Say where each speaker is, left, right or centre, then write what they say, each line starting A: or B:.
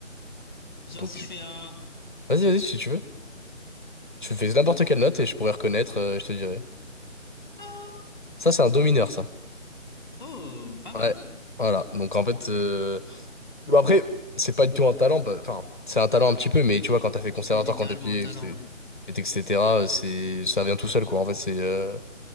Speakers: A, on the left; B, on the left.
A: Genre
B: Donc,
A: si
B: tu-
A: je fais un...
B: vas-y, vas-y, si tu veux. Tu fais n'importe quelle note et je pourrais reconnaître, euh, je te dirai.
A: Ah
B: Ça, c'est un do mineur, ça.
A: Oh, pas
B: Ouais.
A: mal.
B: Voilà. Donc, en fait, euh, bah, après, c'est pas du tout un talent. bah, Enfin, c'est un talent un petit peu, mais tu vois, quand t'as fait conservatoire
A: C'est littéralement
B: quand t'es petit,
A: un talent, ouais.
B: etc., c'est... ça vient tout seul, quoi. En fait, c'est... euh,